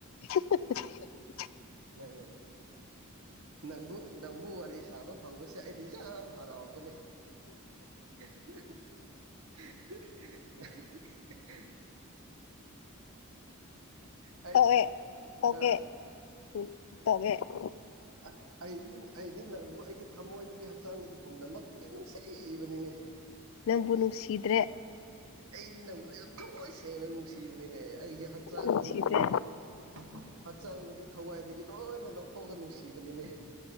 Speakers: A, on the left; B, on the right.
A: <unintelligible>
B: ꯅꯪ ꯅꯪꯕꯨ ꯅꯪꯕꯨ ꯋꯥꯔꯤ ꯁꯥꯕ ꯐꯪꯕꯁꯦ ꯑꯩꯗꯤ ꯌꯥꯝ ꯍꯔꯥꯎꯕꯅꯦ꯫ <unintelligible> ꯑꯩꯗꯤ
A: ꯇꯧꯑꯦ ꯇꯧꯀꯦ
B: ꯍꯥ
A: ꯎꯝ ꯇꯧꯒꯦ ꯫
B: ꯑꯁ ꯑꯩꯗꯤ ꯑꯩꯗꯤ ꯅꯪꯕꯨ ꯑꯩꯒꯤ ꯊꯝꯃꯣꯏꯗꯒꯤ ꯍꯛꯆꯥꯡꯗꯒꯤ ꯄꯨꯝꯅꯃꯛꯇꯨꯒꯤ ꯅꯨꯡꯁꯤꯕꯅꯤꯅꯦꯍ꯫
A: ꯅꯪꯕꯨ ꯅꯨꯡꯁꯤꯗ꯭ꯔꯦ꯫
B: ꯑꯩꯗꯤ ꯅꯪꯕꯨ ꯌꯥꯝ ꯊꯣꯏ ꯁꯦꯡꯅ ꯅꯨꯡꯁꯤꯕꯅꯤꯅꯦ ꯑꯩꯒꯤ ꯍꯛꯆꯥꯡꯗꯒꯤ
A: ꯅꯨꯡꯁꯤꯗ꯭ꯔꯦ
B: ꯄꯨꯝꯅꯃꯛ ꯍꯛꯆꯥꯡꯗꯒꯤ ꯊꯋꯥꯏꯗꯒꯤ ꯂꯣꯏꯅ ꯂꯧꯊꯣꯛꯑꯒ ꯅꯨꯡꯁꯤꯕꯅꯤꯅꯦ꯫